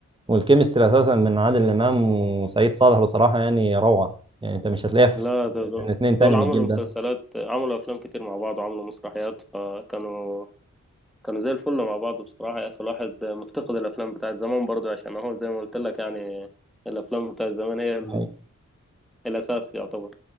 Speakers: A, on the right (about 15°); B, in the centre.
A: والكيمستري اساسا من عادل امام وسعيد صالح بصراحه يعني روعه يعني انت مش هتلاقيها في
B: لا دول, دول
A: من اتنين
B: دول
A: تاني
B: عملوا
A: من الجيل
B: مسلسلات
A: ده
B: عملوا أفلام كتير مع بعض وعملوا مسرحيات فكانوا كانوا زي الفل مع بعض بصراحة يا أخي الواحد مفتقد الأفلام بتاعت زمان برضو عشان هو زي ما قلت لك يعني الأفلام بتاعت زمان هي
A: ايوه
B: الأساس يعتبر